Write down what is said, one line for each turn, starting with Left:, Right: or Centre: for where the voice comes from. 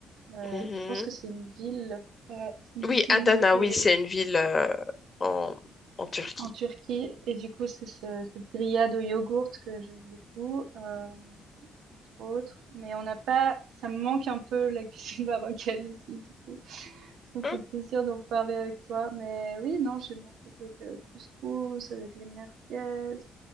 Right: Euh,
Left: Mhm.
Right: je pense que c'est une ville. Euh, c'est une
Left: Oui,
Right: ville
Left: Adana,
Right: et
Left: oui, c'est une ville euh, en en Turquie.
Right: en Turquie et du coup c'est ce, cette grillade au yogourt que j'aime beaucoup euh, entre autres mais on n'a pas ça me manque un peu la cuisine <laughs> marocaine ici du coup ça me
Left: Hum,
Right: fait plaisir d'en parler avec toi mais oui non j'ai mangé quelques couscous avec les merguez euh,